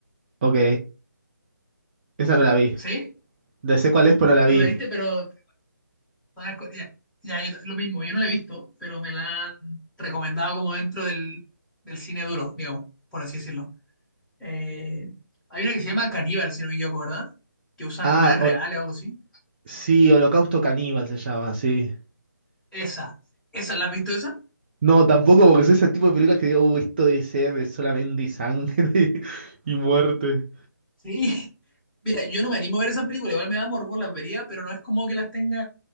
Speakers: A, on the right; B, in the centre.
A: Ok, esa no la vi.
B: ¿Sí?
A: No sé cuál es, pero no la vi.
B: ¿No la viste? Pero, ¿sabes? co- Ya, ya, yo t- lo mismo, yo no la he visto, pero me la han recomendado como dentro del, del cine duro, digamos, por así decirlo. Eh, hay una que se llama Caníbal, si no me equivoco, ¿verdad? Que usan
A: Ah,
B: animales reales
A: o-
B: o algo así.
A: Sí, Holocausto Caníbal se llama, sí.
B: Esa, ¿esa la has visto esa?
A: No, tampoco porque soy ese tipo de películas que digo, "Uh, esto debe ser de solamente sangre <laughs> y muerte.
B: Sí. <laughs> Mira, yo no me animo a ver esa película, igual me da morbo, las vería, pero no es como que las tenga,